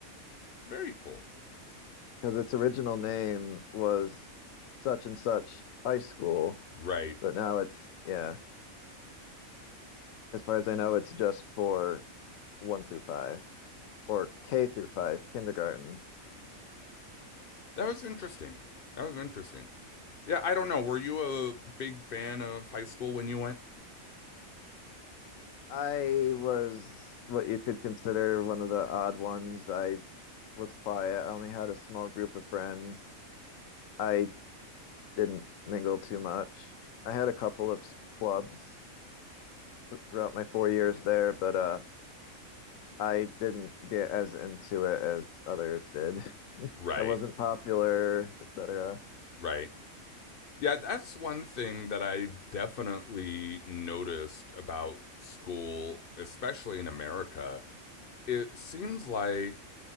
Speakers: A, on the left; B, on the left.
A: very cool.
B: because its original name was such and such high school,
A: Right.
B: but now it's yeah, as far as I know, it's just for one through five or K through five kindergarten.
A: That was interesting. That was interesting. Yeah, I don't know. Were you a big fan of high school when you went?
B: I was what you could consider one of the odd ones. I was quiet. I only had a small group of friends. I didn't mingle too much. I had a couple of s- clubs throughout my four years there, but uh, I didn't get as into it as others did. <laughs>
A: Right,
B: I wasn't popular, etc.
A: right. Yeah, that's one thing that I've definitely noticed about school, especially in America it seems like